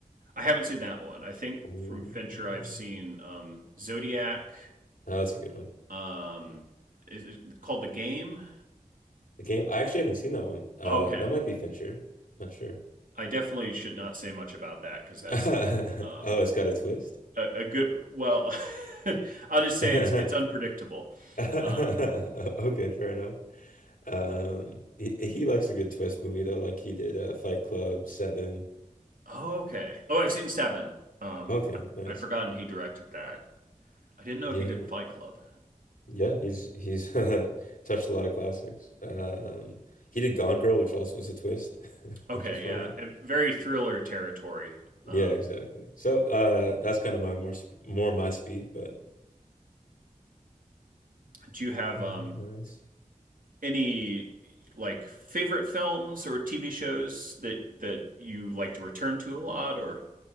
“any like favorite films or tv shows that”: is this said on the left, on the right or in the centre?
Right